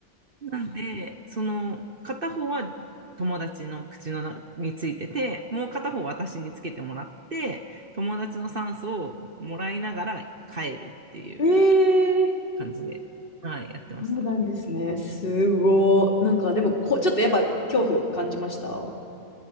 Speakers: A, on the right; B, on the left.
A: なんで、その、片方は友達の口の中についてて、もう片方私につけてもらって、友達の酸素をもらいながら帰るっていう
B: ええ
A: 感じで、はい、やってました。
B: そうなんですね。すごい。なんか、でもこ、ちょっとやっぱ恐怖感じました